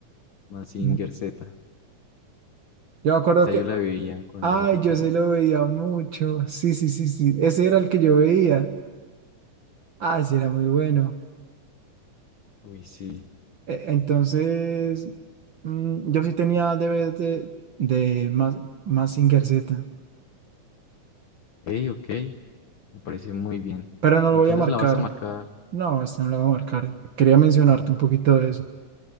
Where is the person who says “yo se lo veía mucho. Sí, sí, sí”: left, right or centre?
Right